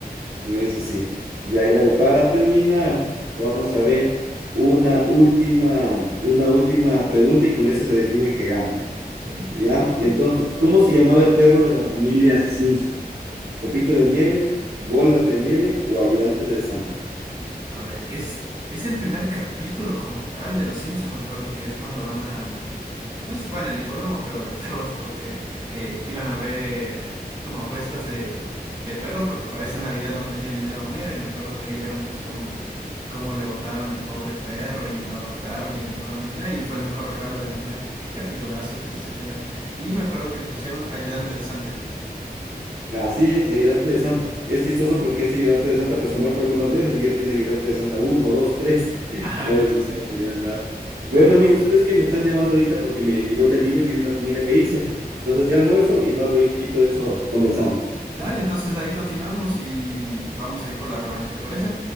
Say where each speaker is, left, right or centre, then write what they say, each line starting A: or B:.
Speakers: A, on the right (about 75°); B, on the right (about 25°).
A: Eso sí. Y ahí dale, para terminar, vamos a ver una última, una última pregunta y con esa se define el que gana.
B: Ok,
A: ¿Ya?
B: va, va,
A: Entonces,
B: va.
A: ¿cómo se llamaba el perro de la familia Simpson? ¿Copito de nieve, bola de nieve o ayudante de Santa?
B: A ver, es, es el primer capítulo como tal de Los Simpson, me acuerdo que es cuando van al, no es, bueno, el hipódromo, pero de <laughs> perros, porque eh, iban a ver como apuestas de, de perros, porque para esa Navidad no tenía dinero Homero, y me acuerdo que ahí vieron pues cómo, cómo le votaron al pobre perro y lo adoptaron y lo llevaron allá, y fue el mejor regalo de Navidad. Capitulazo que es ese primero. Y me acuerdo que le pusieron ayudante de Santa. <laughs>
A: Así es, ayudante de Santa. Es chistoso porque este ayudante de Santa pues se ha muerto algunas veces y ya tiene ayudante de Santa uno, 2, 3. <laughs>
B: Ah,
A: Pobre
B: en eso
A: muchacho,
B: sí,
A: ya nada. Bueno,
B: pero
A: amigos,
B: bueno.
A: ¿sabes qué? Me están llamando ahorita porque me llegó el delivery de una comida que hice. Entonces ya almuerzo y más luego de eso conversamos.
B: Dale, entonces ahí continuamos y vamos a ir por la revancha, ¿te parece?